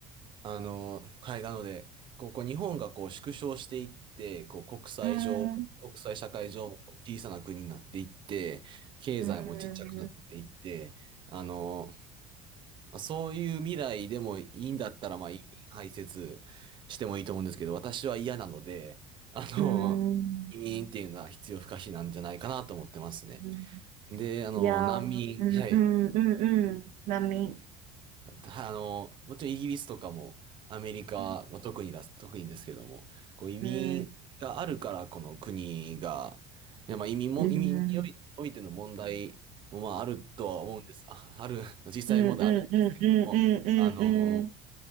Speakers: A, on the right; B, on the right.
A: あの、はい、なので、こう、こう日本がこう縮小していって、こう国際上、
B: うん
A: 国際社会上も小さな国になっていって、経済もちっちゃくなっていって、
B: うんうん
A: あの、まあそういう未来でもいいんだったら、まあ、移民排斥してもいいと思うんですけど、私は嫌なので、あの、
B: うんう
A: 移民っていうのは必要不可避なんじゃないかなと思ってますね。
B: ん
A: で、あの、
B: いやうんうんうんうん波
A: 難民、はい。<laughs> たあの、もちろんイギリスとかもアメリカはまあ特にだ、
B: うん
A: 特にですけども、こう移民があるからこの国が、
B: うん
A: いやまあ移民も、
B: うんうんうん
A: 移民におい、おいての問題もまああるとは思うんです。あ、ある、<laughs> 実際問題あるんですけれども、
B: うんうんうんうんうんう
A: あの、